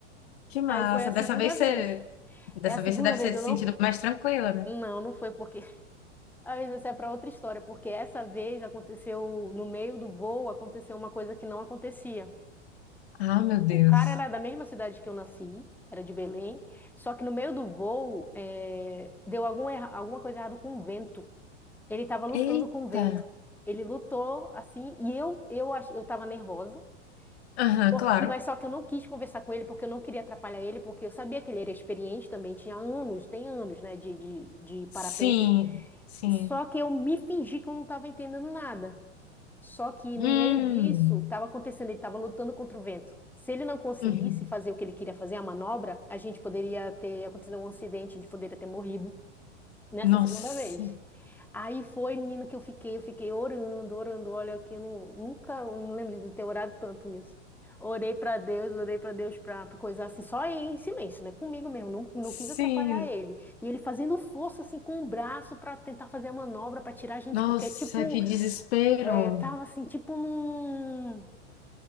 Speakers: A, on the left; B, in the centre.
A: que massa.
B: Aí foi a segunda
A: Dessa vez
B: vez.
A: você, dessa
B: É a segunda
A: vez você deve
B: vez
A: ter
B: eu
A: se
B: não?
A: sentido mais tranquila, né?
B: Não, não foi porque. <laughs> Às vezes essa é pra outra história, porque essa vez aconteceu no meio do voo, aconteceu uma coisa que não acontecia.
A: Ah, meu Deus.
B: O cara era da mesma cidade que eu nasci, era de Belém, só que no meio do voo, é, deu algum erra- alguma coisa errada com o vento. Ele estava lutando
A: Eita.
B: com o vento. Ele lutou assim, e eu eu ach- eu estava nervosa.
A: Aham,
B: Por-
A: claro.
B: e mas só que eu não quis conversar com ele porque eu não queria atrapalhar ele, porque eu sabia que ele era experiente também, tinha anos, tem anos, né, de, de, de parapente.
A: Sim, sim.
B: Só que eu me fingi que eu não estava entendendo nada. Só que
A: Hum,
B: no meio disso, estava acontecendo, ele estava lutando contra o vento. Se ele não conseguisse
A: uhum.
B: fazer o que ele queria fazer, a manobra, a gente poderia ter acontecido um acidente, a gente poderia ter morrido nessa
A: Nossa,
B: segunda vez. Aí foi, menina, que eu fiquei, eu fiquei orando, orando. Olha, que eu não- nunca, eu não lembro de ter orado tanto nisso. Orei pra Deus, orei pra Deus pra, pra coisa assim, só em silêncio, né? Comigo mesmo, não, não
A: sim.
B: quis atrapalhar ele. E ele fazendo força assim com o braço pra tentar fazer a manobra pra tirar a gente,
A: Nossa,
B: porque é tipo,
A: que desespero.
B: é, tava assim, tipo num,